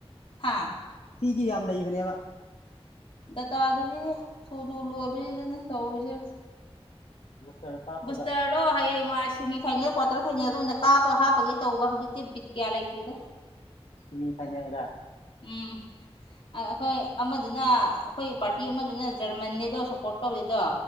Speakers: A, on the left; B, on the left.
A: ꯍꯥ
B: ꯐꯤꯒꯤ ꯌꯥꯝ ꯂꯩꯕꯅꯦꯕ
A: ꯗꯇꯥꯗꯨꯗꯤ ꯊꯨ ꯊꯨ ꯂꯣꯏꯕꯕꯁꯤꯗꯅꯦ ꯇꯧꯔꯨꯁꯦ
B: ꯔ ꯇ
A: ꯕꯨꯁꯇꯔꯗꯣ ꯍꯌꯦꯡꯥꯏ ꯁꯦꯃꯤꯐꯥꯏꯅꯦꯜ ꯀ꯭ꯋꯥꯇꯔ ꯐꯥꯏꯅꯦꯜꯗ ꯑꯣꯏꯅ ꯀꯥꯞꯄꯒ ꯍꯥꯞꯄꯒꯦ ꯇꯧꯕ ꯍꯧꯖꯤꯛꯇꯤ ꯕꯤꯠ ꯀꯌꯥ ꯂꯩꯇ꯭ꯔꯤꯗ
B: ꯃꯤ ꯐꯩꯅꯗ
A: ꯎꯝ ꯑꯩꯈꯣꯏ ꯑꯃꯗꯨꯅ ꯑꯩꯈꯣꯏ ꯄꯥꯔꯇꯤ ꯑꯃꯗꯨꯅ ꯖꯔꯃꯟꯅꯦꯗꯣ ꯁꯞꯄꯣꯔꯠ ꯇꯧꯔꯤꯦꯗꯣ